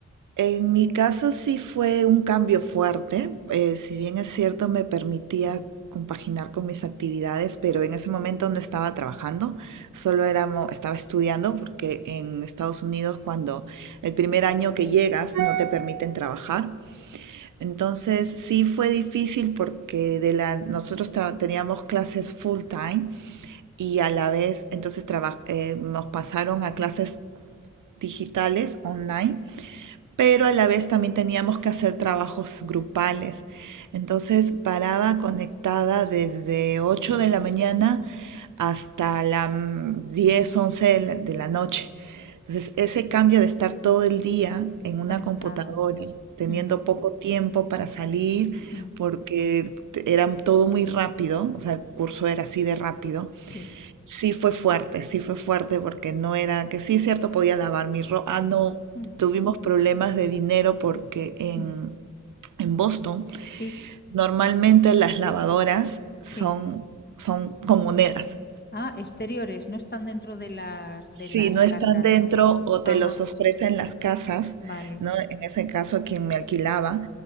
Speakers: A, on the right; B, on the left.
A: En mi caso sí fue un cambio fuerte, eh, si bien es cierto me permitía compaginar con mis actividades, pero en ese momento no estaba trabajando, solo era, mo- estaba estudiando, porque en Estados Unidos cuando el primer año que llegas no te permiten trabajar. Entonces sí fue difícil porque de la, nosotros tra- teníamos clases full time y a la vez entonces traba- eh, nos pasaron a clases digitales online pero a la vez también teníamos que hacer trabajos grupales. Entonces paraba conectada desde 8 de la mañana hasta las 10 11 de la, de la noche. Entonces ese cambio de estar todo el día en una
B: conectada.
A: computadora, teniendo
B: Ujú,
A: poco tiempo para salir,
B: ujú,
A: porque te- era todo muy rápido, o sea, el curso era así de rápido,
B: sí,
A: Sí fue fuerte, sí fue fuerte porque no era, que sí es cierto, podía lavar mi ropa. Ah, no,
B: mm,
A: tuvimos problemas de dinero porque en,
B: mm,
A: en Boston
B: sí,
A: normalmente las lavadoras son,
B: sí.
A: son con monedas.
B: Ah, exteriores, no están dentro de las,
A: Si
B: de las
A: no
B: casas,
A: están dentro
B: ¿no?
A: o
B: Ajá,
A: te los ofrecen las casas,
B: vale.
A: ¿no? En ese caso quien me alquilaba,